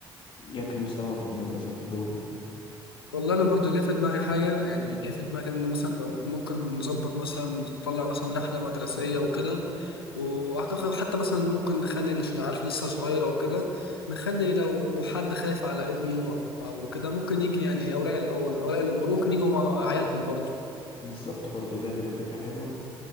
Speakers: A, on the left; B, on the left.
A: ياكلوا سوا في المدرسة كلهم
B: والله انا برضو جه في دماغي حاجه يعني جه في دماغي ان مثلا لو ممكن نظبط مثلا نطلع مثلا رحله مدرسيه وكده واعتقد حتى مثلا ممكن نخلي عشان عارف لسه صغير او كده نخلي لو حد خايف على ابنه او كده ممكن يجي يعني اولياء الاول اولياء الامور ممكن يجوا مع عيالهم برضو
A: بالظبط برضه دي هتبقى فكرة حلوة